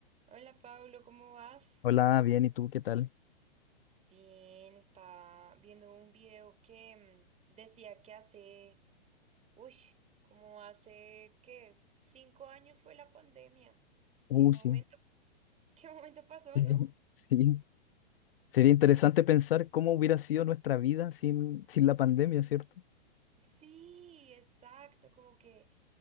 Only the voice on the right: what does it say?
Hola Pablo, ¿cómo vas?
Bien, estaba viendo un video que mm, decía que hace, uy, como hace que cinco años fue la pandemia.
¿Qué momento,
<laughs> qué momento pasó,
no?
Y
sí, exacto, como que,